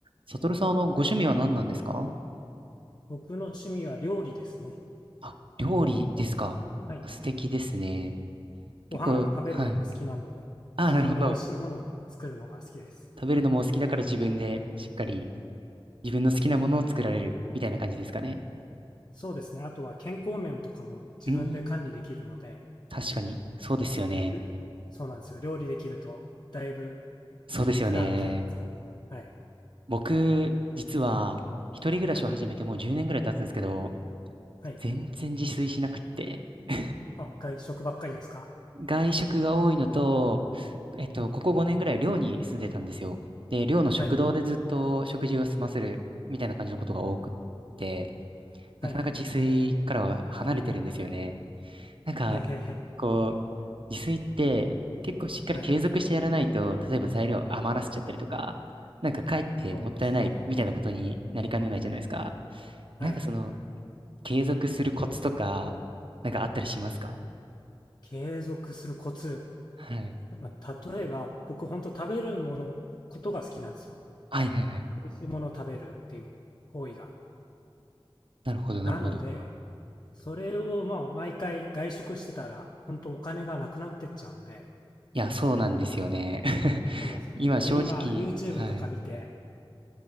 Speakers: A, on the right; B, on the left.
A: サトルさん、あの、ご趣味は何なんですか
B: 僕の趣味は料理ですね。
A: あ、料理ですか。
B: はい。
A: 素敵ですね。
B: ご飯食べるのが好きなので、
A: 結構、はい。あ、
B: 自分で美味しいものを作るのが好きです。
A: なるほど。食べるのもお好きだから自分でしっかり自分の好きなものを作られるみたいな感じですかね。
B: そうですね。あとは健康面とかも自分で管理できるので、
A: うーん、確かに。そうですよね。
B: えそうなんですよ。料理できると、だいぶ
A: そうですよね。
B: 普段の生活が。はい。
A: 僕、実は、一人暮らしを始めてもう10年ぐらい経つんですけど、
B: はい。はい。
A: 全然自炊しなくって。<laughs>
B: あ、外食ばっかりですか
A: 外食が多いのと、えっと、ここ5年ぐらい寮に住んでたんですよ。で、寮の食堂でずっと食事を済ませるみたいな感じのことが多くって、
B: はい。はい。
A: なかなか自炊からは離れてるんですよね。なんか、
B: へへへ。
A: こう、自炊って結構しっかり継続してやらないと、
B: はい。
A: 例えば材料余らせちゃったりとか、なんかかえってもったいないみたいなことになりかねないじゃないですか。
B: そうですよね。はい。
A: なんかその、継続するコツとか、なんかあったりしますか
B: 継続するコツ。
A: はい。
B: まあ例えば、僕、本当食べるもの、ことが好きなんですよ。
A: はいはいはい。
B: 美味しいものを食べるっていう行為が。
A: なるほど、なるほど。
B: なので、それをまあ毎回外食してたら、本当お金がなくなってっちゃうんで、
A: いや、そうなんですよね。<laughs>
B: そうなんですよ。
A: 今、正直、
B: で、今 YouTube
A: はい。
B: とか見て、